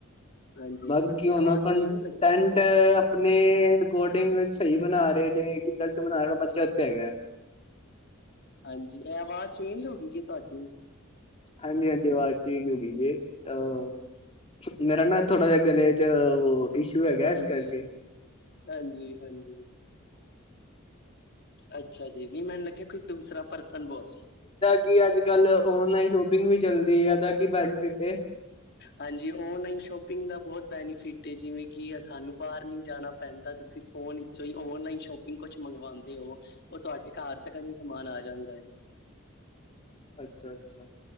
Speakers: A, on the left (about 55°); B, on the left (about 30°).
A: ਹਾਂਜੀ
B: ਬਾਕੀ
A: ਮੈਨੂੰ ਥੋਡੀ
B: ਹੁਣ
A: ਆਵਾਜ਼
B: ਕੰਟੈਂਟ
A: ਚੇਂਜ ਲੱਗੀ
B: ਆਪਣੇ ਅ ਕੋਡਿੰਗ ਸਹੀ ਬਣਾ ਰਹੇ ਨੇ ਕਿ ਗ਼ਲਤ ਬਣਾ ਰਹੇ ਨੇ ਬੱਚਾ ਉੱਥ ਹੈਗਾ
A: ਹਾਂਜੀ ਇਹ ਆਵਾਜ਼ ਚੇਂਜ ਹੋ ਗਈ ਕਿ ਤੁਹਾਡੀ
B: ਹਾਂਜੀ ਹਾਂਜੀ ਆਵਾਜ਼ ਚ ਜੁੜੀ ਜੇ ਅਹ ਮੇਰਾ ਨਾ ਥੋੜਾ ਜਿਹਾ ਗਲੇ ਚ ਉਹ ਇਸ਼ੂ ਹੈਗਾ
A: ਹਾਂਜੀ
B: ਇਸ ਕਰਕੇ
A: ਹਾਂਜੀ ਹਾਂਜੀ ਅੱਛਾ ਜੀ ਨਹੀਂ ਮੈਨੂੰ ਲੱਗਿਆ ਕੋਈ ਦੂਸਰਾ ਪਰਸਨ ਬੋਲਦੇ
B: ਕੀ ਅੱਜ ਕੱਲ ਔਨਲਾਈਨ ਸ਼ੋਪਿੰਗ ਵੀ ਚੱਲਦੀ ਹੈ ਇਹਦਾ ਕੀ ਬੈਨੀਫਿਟ
A: ਹਾਂਜੀ ਓਨਲਾਈਨ ਸ਼ੋਪਿੰਗ ਦਾ ਬਹੁਤ ਬੈਨੀਫਿਟ ਜਿਵੇਂ ਕਿ ਸਾਨੂੰ ਬਾਹਰ ਨੀ ਜਾਣਾ ਪੈਂਦਾ ਤੁਸੀਂ ਫੋਨੋਂ ਹੀ ਔਨਲਾਈਨ ਸ਼ੋਪਿੰ ਕੁਛ ਮੰਗਵਾਉਂਦੇ ਹੋ ਉਹ ਤੁਹਾਡੇ ਘਰ ਤੱਕ ਨਹੀਂ ਸਮਾਨ ਆ ਜਾਂਦਾ ਹੈ
B: ਅੱਛਾ ਅੱਛਾ